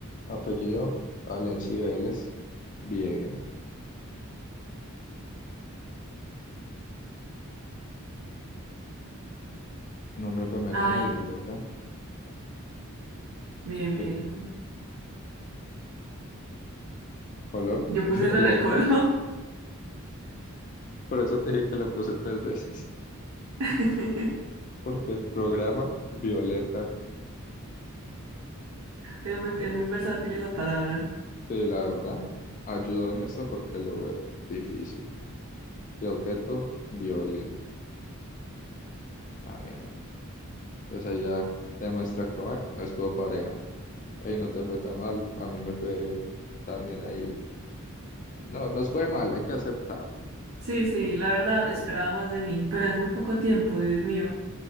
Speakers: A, on the left; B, on the right.
A: Apellido, Valencia y Vélez. Bien. Nombre femenino,
B: Ay,
A: Violeta.
B: bien,
A: Sí.
B: bien.
A: Color,
B: Yo puse
A: <laughs> Violeta.
B: eso en el color.
A: Por eso te dije que la puse tres veces.
B: <laughs>
A: Porque programa, Violeta.
B: Es muy, es muy versátil esa palabra.
A: Sí, la verdad, ayudó en esto porque lo ve difícil. Y objeto, violín. Está bien ahí. Entonces ahí ya te muestra cómo es. no estuvo pareja. Ahí no te fue tan mal. A mí me fue también ahí. No, nos fue mal, hay que aceptar.
B: Sí, sí, la verdad esperaba más de mí, pero es muy poco tiempo, Dios mío.